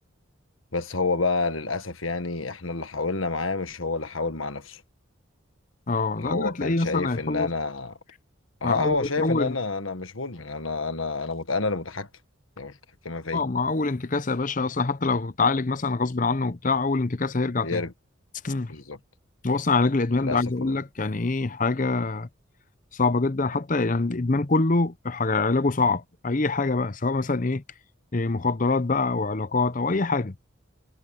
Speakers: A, on the left; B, on the left.
A: بس هو بقى للأسف يعني احنا اللي حاولنا معاه مش هو اللي حاول مع نفسه
B: اه لا
A: هو
B: ده هتلاقيه
A: كان شايف
B: مثلا هيخلص
A: ان انا ها
B: مع اول
A: هو شايف
B: اول
A: ان انا انا مش مدمن انا انا انا مت... انا اللي متحكم يعني مش متحكمة فيا
B: اه مع اول انتكاسه يا باشا اصلا حتى لو اتعالج مثلا غصب عنه وبتاع اول انتكاسه هيرجع
A: بيرجع
B: تاني امم
A: بالظبط
B: هو اصلا علاج الادمان
A: للأسف
B: ده عايز اقول
A: ال...
B: لك يعني ايه حاجه صعبه جدا حتى يعني الادمان كله حاجه علاجه صعب اي حاجه بقى سواء مثلا ايه إيه مخدرات بقى او علاقات او اي حاجه